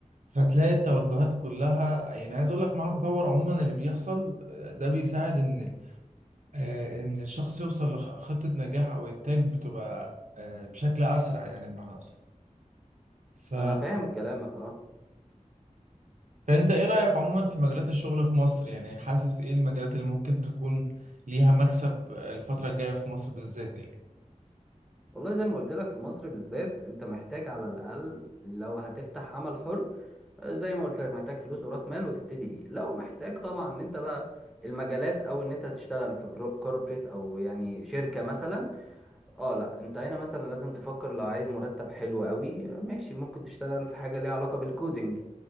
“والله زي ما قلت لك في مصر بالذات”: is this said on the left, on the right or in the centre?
Centre